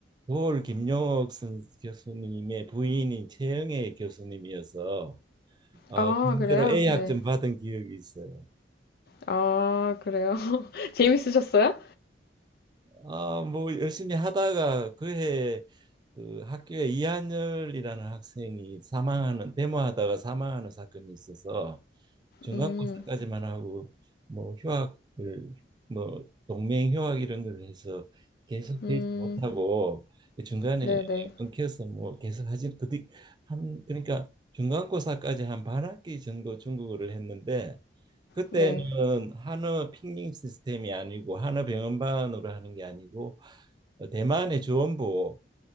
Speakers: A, on the right; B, on the left.
A: 도올 김용옥 선, 교수님의 부인인 최영애 교수님이어서 어,
B: 아,
A: 그대로
B: 그래요?
A: A 학점
B: 네.
A: 받은 기억이 있어요.
B: 아, 그래요? <laughs> 재밌으셨어요?
A: 아, 뭐 열심히 하다가 그해 그 학교에 이한열이라는 학생이 사망하는 데모하다가 사망하는 사건이 있어서 중간고사까지만
B: 음,
A: 하고 뭐 휴학을 뭐 동맹 휴학 이런 걸 해서 계속
B: 음,
A: 되지 못하고 그 중간에
B: 네네, 네,
A: 끊겨서 뭐 계속 하지 그뒤 한 그러니까 중간고사까지 한 반 학기 정도 중국어를 했는데 그때는
B: 네.
A: 한어 핑링 시스템이 아니고 한어 병음반으로 하는 게 아니고 어, 대만의 주원부로